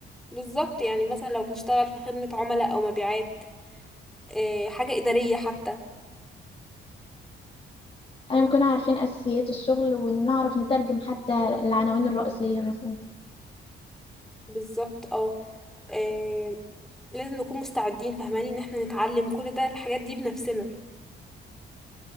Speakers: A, in the centre; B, on the left.
A: بالظبط يعني مثلا لو بنشتغل في خدمة عملاء أو مبيعات آه، حاجة إدارية حتى
B: أيا كنا عارفين أساسيات الشغل ونعرف نترجم حتى العناوين الرئيسية مثلا
A: بالظبط اه آه، لازم نكون مستعدين فاهماني ان احنا نتعلم كل ده الحاجات دي بنفسنا